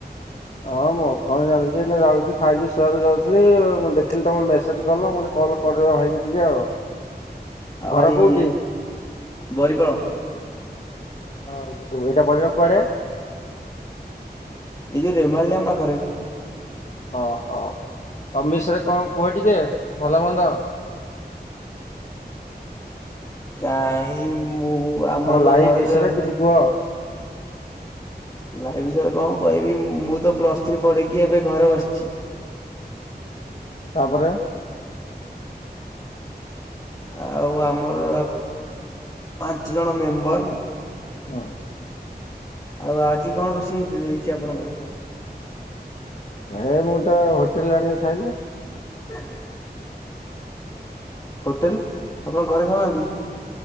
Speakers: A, on the left; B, on the left.
A: ହଁ ମୁଁ ଘରେ ଚାଲିଚି ଏଇନେ ଯାଉଛି ଖାଇକି ଶୋଇଆକୁ ଯାଉଥିଲି ମୁଁ ଦେଖିଲି ତମ ମେସେଜ କଲ ମୁଁ କହିଲି କଲ୍ କଲ କରିବା ଭାଇକି ଟିକେ ଆଉ।
B: ଆଉ
A: ଘର
B: ଭାଇ
A: କୋଉଠି
B: ବରିପାଳ
A: ଆଉ ଏଇଟା ପଡିବ କୁଆଡେ?
B: ଏଇ ଯୋଉ ରେମାଲ ଡ୍ୟାମ୍ ପାଖରେ।
A: ଓହୋ। ତମ ବିଷୟରେ କଣ କୁହ ଟିକେ ଭଲ ମନ୍ଦ? <inaudible>
B: କାଇଁ ମୁଁ ଆମର
A: ତମ ଲାଇଫ
B: ତ ଘରେ
A: ବିଷୟରେ
B: ତ
A: କିଛି କୁହ
B: ତା ବିଷୟରେ କଣ କହିବି ମୁଁ ତ ପ୍ଲସ୍ ଥ୍ରୀ ପଢେଇକି ଏବେ ଘରେ ବସିଛି
A: <inaudible> ତା ପରେ?
B: ଆଉ ଆମର ପାଞ୍ଚ ଜଣ ମେମ୍ବର
A: ହଁ।
B: ଆଉ ଆଜି କଣ ରୋଷେଇ ହେଇତି ହେଇଛି ଆପଣଙ୍କର?
A: ଏ ମୁଁ ତ ହୋଟେଲରେ ଆଣିି ଖାଇଲି।
B: ହଁ। ହୋଟେଲ, ଆପଣଙ୍କ ଘରେ ଖାଉନାହାଁନ୍ତି କି?